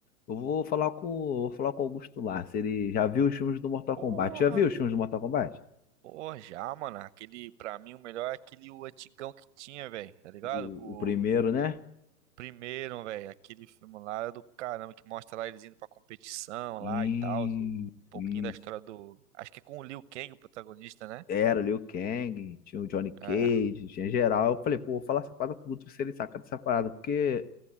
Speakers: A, on the left; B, on the right.
A: Eu vou falar com, eu vou falar com o Augusto Lars. Ele já viu os filmes do Mortal
B: Porra.
A: Kombat. Já viu os filmes do Mortal Kombat?
B: Pô, já, mano. Aquele, pra mim, o melhor é aquele o antigão que tinha, velho. Tá ligado?
A: O,
B: Com o
A: o primeiro, né?
B: primeiro, velho. Aquele filme lá era do caramba que mostra lá eles indo pra competição
A: E,
B: lá e tal. o- Um pouquinho
A: e
B: da história do. Acho que é com o Liu Kang, o protagonista, né?
A: era o Liu Kang, tinha o Johnny Cage,
B: É.
A: tinha geral. Eu falei, pô, vou falar essa parada com o Guto se ele saca dessa parada, porque